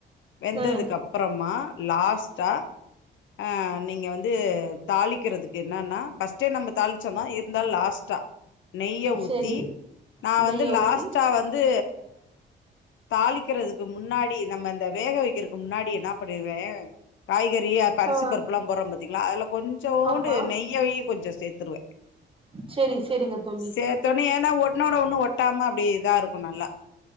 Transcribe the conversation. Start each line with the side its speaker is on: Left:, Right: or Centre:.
Left: வெந்ததுக்கு
Right: ம்
Left: அப்புறமா லாஸ்ட் டா ஆஹ நீங்க வந்து தாளிக்கிறதுக்கு என்னன்னா பஸ்ட்டே நம்ம தாளிச்சோனா இருந்தாலு லாஸ்ட்டா நெய்ய ஊத்தி
Right: செரி
Left: நா
Right: நெய்ய
Left: வந்து லாஸ்ட்டா
Right: ஊத்தி
Left: வந்து தாளிக்கிறதுக்கு முன்னாடி நம்ம இந்த வேக வைக்கிறதுக்கு முன்னாடி என்ன பண்ணிருவே காய்கறி றி அப்போ அரிசி
Right: ஆ
Left: பருப்பு எல்லா போட்றோ பாத்தீங்களா அதுல கொஞ்சோண்டு
Right: ஆமா
Left: நெய்யையு கொஞ்சோ சேத்திருவே
Right: செரி செரிங்க தோழி
Left: சேத்தோனே ஏனா ஒன்னோட ஒன்னு ஒட்டாம அப்டி இதா இருக்கு நல்லா